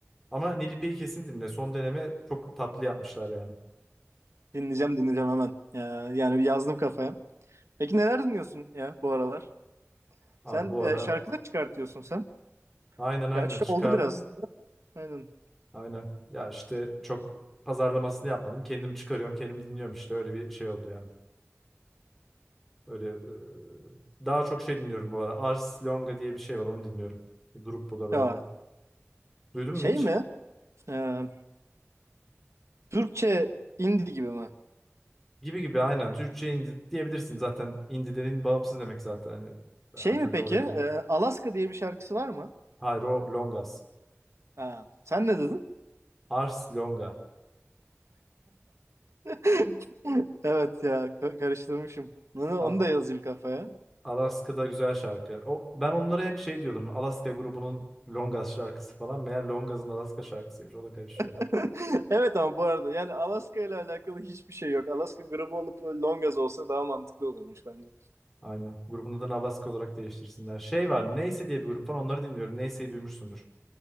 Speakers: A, in the centre; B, on the right (about 70°).
A: Ama Nilipe'yi kesin dinle. Son deneme çok tatlı yapmışlar yani.
B: Dinleyeceğim dinleyeceğim hemen. Ee, yani bir yazdım kafaya. Peki neler dinliyorsun ya bu aralar?
A: Abi
B: Sen
A: bu
B: e,
A: ara
B: şarkılar çıkartıyorsun sen.
A: aynen aynen
B: Gerçi
A: çıkardın
B: oldu biraz.
A: da.
B: Aynen.
A: Aynen. Ya işte çok pazarlamasını yapmadım. Kendim çıkarıyorum, kendim dinliyorum işte. Öyle bir şey oldu yani. Öyle e, daha çok şey dinliyorum bu ara. Ars Longa diye bir şey var onu dinliyorum. Bir grup bu da böyle.
B: Ya
A: Duydun
B: şey
A: mu hiç?
B: mi? Ee, Türkçe indie gibi mi?
A: Gibi gibi aynen. Türkçe indi diyebilirsin zaten. İndilerin bağımsız demek zaten. Hani her
B: Şey
A: türlü
B: mi peki?
A: oraya
B: e,
A: giriyor.
B: Alaska diye bir şarkısı var mı?
A: Hayro Longas.
B: Ha, sen ne dedin?
A: Ars Longa.
B: <laughs> Evet ya ka- karıştırmışım. Onu,
A: Al-
B: onu da yazayım kafaya.
A: Alaska'da güzel şarkı. O, ben onlara hep şey diyordum. Alaska grubunun Longas şarkısı falan. Meğer Longas'ın Alaska şarkısıymış. O da karışıyor.
B: <laughs> Evet ama bu arada yani Alaska ile alakalı hiçbir şey yok. Alaska grubu olup Longaz olsa daha mantıklı olurmuş bence.
A: Aynen. Grubun adını Alaska olarak değiştirsinler. Şey var. Neyse diye bir grup var. Onları dinliyorum. Neyse'yi duymuşsundur.